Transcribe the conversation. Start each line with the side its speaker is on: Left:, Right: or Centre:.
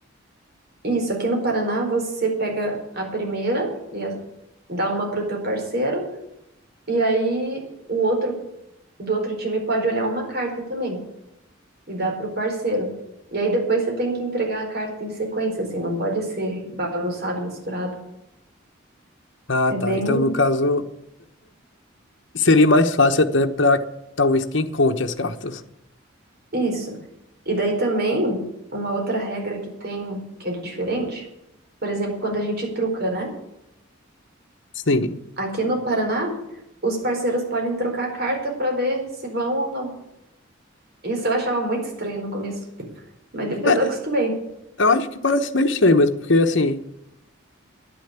Right: isso, aqui no Paraná você pega a primeira e a- dá uma pro teu parceiro, e aí o outro do outro time pode olhar uma carta também e dar pro parceiro. E aí depois você tem que entregar a carta em sequência, assim, não pode ser bagunçado, misturado.
Left: Ah,
Right: É
Left: tá.
Right: bem
Left: Então, no caso, seria mais fácil até pra talvez quem conte as cartas.
Right: Isso. E daí também, uma outra regra que tem, que é diferente, por exemplo, quando a gente truca, né?
Left: Sim.
Right: Aqui no Paraná, os parceiros podem trocar a carta para ver se vão ou não. Isso eu achava muito estranho no começo, mas depois
Left: É,
Right: eu acostumei.
Left: eu acho que parece meio estranho, mas porque assim,